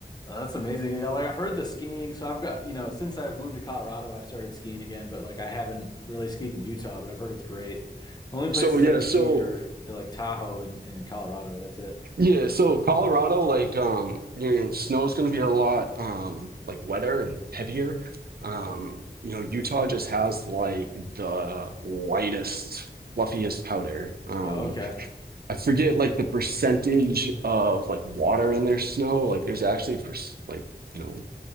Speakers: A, on the left; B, on the right.
A: Uh, that's amazing. Yeah, like I've heard the skiing. So I've got you know since I've moved to Colorado, I've started skiing again. But like I haven't really skied in Utah, but I've heard it's great. The only places
B: So, yeah,
A: I've
B: so,
A: skied are like Tahoe and, and Colorado. That's it.
B: yeah, so Colorado, like, um, you know, snow's going to be a lot um, like wetter and heavier. Um, you know, Utah just has like the lightest, fluffiest powder. Um,
A: Oh, okay.
B: I forget like the percentage of like water in their snow. Like there's actually per like you know